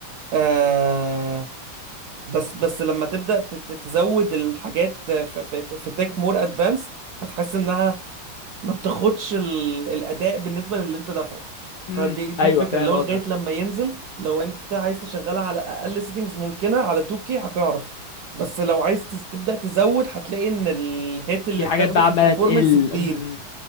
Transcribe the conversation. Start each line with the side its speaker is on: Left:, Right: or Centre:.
Right: آه بس بس لما تبدا ت- ت- تزود الحاجات في في في تك مور ادفانس هتحس انها ما بتاخدش ال... الاداء بالنسبه للي انت دافعه
Left: امم
Right: فدي دي
Left: ايوه
Right: الفكره
Left: فاهم
Right: اللي هو
Left: قصدك
Right: لغايه لما ينزل لو انت عايز تشغلها على اقل سيتنجز ممكنه على 2K هتعرف بس لو عايز تز- تبدا تزود هتلاقي ان الهيت اللي
Left: في حاجات
Right: بتاخده
Left: بقى
Right: في
Left: عمالة
Right: البرفورمانس
Left: تقل
Right: كبير
Left: امم